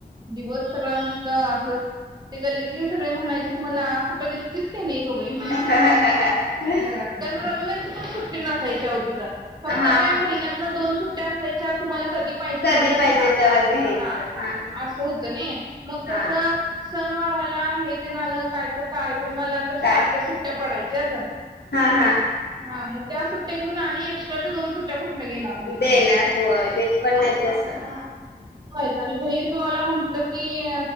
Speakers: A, on the right (about 25°); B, on the left (about 70°).
A: दिवस सगळा नुसता असंच ते गल्लीतले सगळे म्हणायचीत मला कुठं दिसतीस काय नाही ग बाई म्हण
B: हा
A: घरात. कारण रविवारीची पण सुट्टी नसायची अहो तिथं. फक्त
B: हा
A: काय महिन्यात दोन सुट्ट्या असायच्या. तुम्हाला कधी पाहिजे
B: कधी
A: त्यावेळेला
B: पाहिजे
A: घ्या असं
B: तेव्हा घ्यायचं
A: हा
B: हा
A: असं होतं नाही, मग
B: हा
A: कसं सणवार आला आणि हे तेन आलं कायतर कार्यक्रम आला तर सारख्या
B: काय
A: सुट्ट्या पडायच्याच.
B: हा, हा.
A: हा मग त्या सुट्ट्या घेऊन आणि एक्स्ट्राच्या दोन सुट्ट्या कुठनं घेणार? <inaudible>
B: देणार होय देत पण नाही
A: असं
B: तस
A: व्हायचं आणि बहिरगावाला म्हंटलं की,